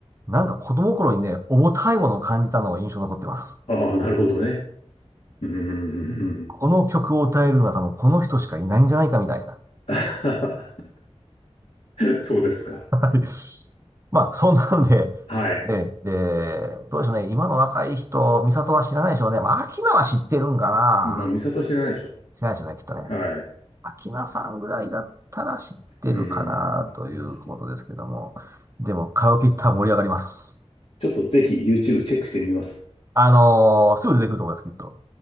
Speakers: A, on the right; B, on the left.
A: なんか子供心にね、重たいものを感じたのが印象に残ってます。
B: ああ、なるほどね。うーん。
A: この曲を歌えるのは多分この人しかいないんじゃないかみたいな。
B: <laughs> そうですか。
A: <laughs> はいまあ、そんなんで、
B: はい。
A: ええ、で、どうでしょうね。今の若い人、美里は知らないでしょうね。まあ、アキナは知ってるんかな。
B: まあ、美里は知らないでしょ。
A: 知らないでしょうね、きっとね。
B: はい。う
A: アキナさんぐらいだったら知ってるかなということですけども。
B: ん。
A: でも、カラオケ行ったら盛り上がります。
B: ちょっとぜひ YouTube チェックしてみます。
A: あのーすぐ出てくると思います、きっと。